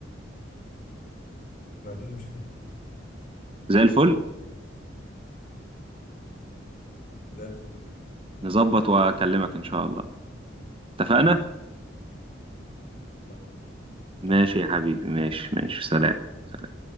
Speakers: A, on the left (about 45°); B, on the right (about 30°).
A: ما فيش مشكله
B: زي الفل
A: زي الفل
B: نظبط واكلمك ان شاء الله اتفقنا
A: تمام
B: ماشي
A: تمام
B: يا حبيبي ماشي ماشي سلام سلام.